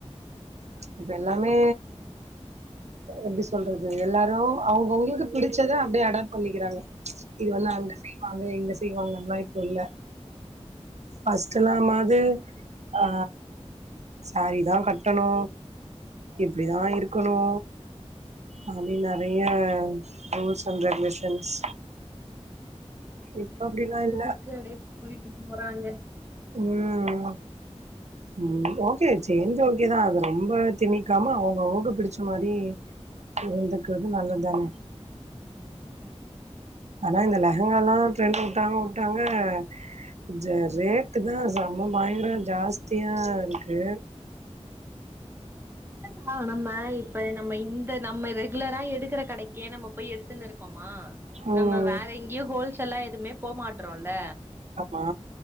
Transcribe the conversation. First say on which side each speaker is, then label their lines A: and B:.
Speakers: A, on the right; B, on the right.
A: ஆ
B: ம்ச் இப்ப எல்லாமே எப்படி சொல்றது எல்லாரு அவங்கவு அவங்களுக்கு பிடிச்சத அப்படியே அடாப்ட் பண்ணிக்கிறாங்க இது வந்து
A: அதேதா
B: அங்க செய்வாங்க இங்க செய்வாங்கல்லா இப்போ இல்ல ஃபர்ஸ்ட்டூ எல்லாமாது ஆ சாரீ தா கட்டணு இப்படிதா இருக்கணு அப்படி நெறைய ரூல்ஸ் அண்டு ரெகுலேஷன்ஸ்
A: இப்பல்லா
B: இப்ப அப்டிலா
A: நம்ம இஷ்டத்துக்கு
B: இல்ல
A: அப்படியே போயிட்டு போறாங்க
B: உம் உம் ஓக்கே சேஞ்ச் ஓக்கேதா அது ரொம்ப திணிக்காம அவங்க அவங்க பிடிச்ச மாரி இருந்துக்குருது நல்லத்தானே
A: ம் கரக்ட்
B: ஆனா இந்த லெங்கங்காலா டரெண்ட் வுட்டாங்க வுட்டாங்க கொஞ்சோ ரேட் ட்டுதா செம்ம பயங்கரோ ஜாஸ்தியா இருக்கு
A: இல்லங்கா நம்ம இப்ப நம்ம இந்த நம்ம ரெகுலரா எடுக்கிற கடைக்கே நம்மப் போய் எடுத்துன்ன இருக்கோமா
B: ம்
A: நம்ம வேற எங்கியு ஹோல்சேல்லா எதுமே போ மாட்றோல்ல
B: ஆமா